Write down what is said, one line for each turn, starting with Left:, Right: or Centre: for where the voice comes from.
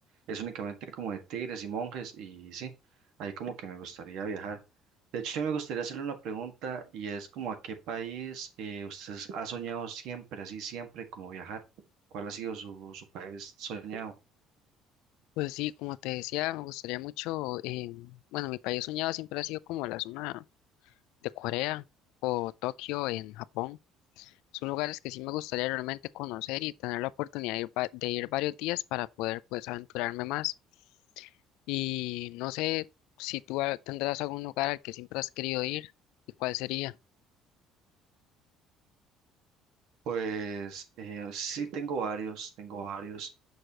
Right: Es únicamente como de tigres y monjes y sí, ahí como que me gustaría viajar. De hecho, me gustaría hacerle una pregunta y es como a qué país eh, usted ha soñado siempre, así siempre, como viajar. ¿Cuál ha sido su, su país soñado?
Left: Pues sí, como te decía, me gustaría mucho, eh, bueno, mi país soñado siempre ha sido como la zona de Corea o Tokio en Japón. Son lugares que sí me gustaría realmente conocer y tener la oportunidad de ir, va- de ir varios días para poder pues aventurarme más. Y no sé si tú ah, tendrás algún lugar al que siempre has querido ir y cuál sería.
Right: Pues eh, sí, tengo varios, tengo varios.